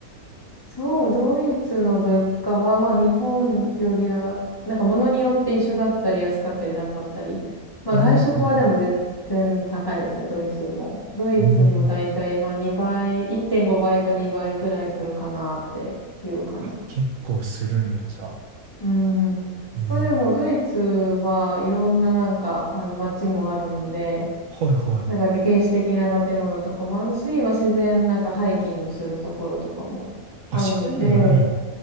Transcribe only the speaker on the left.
そう、ドイツの物価は、まあ日本よりは、なんか物によって一緒だったり安かったり高かったり。まあ外食はでも絶対高いですね、
ドイツも。ドイツもだいたいまあ2倍、
1.5倍か2倍くらいするかなっていう感じ。
うんうん。
まあでもドイツはいろんななんかあの街もあるので、
なんか歴史的な建物とかもあるし、まあ自然なんかハイキングするところとかもあるので、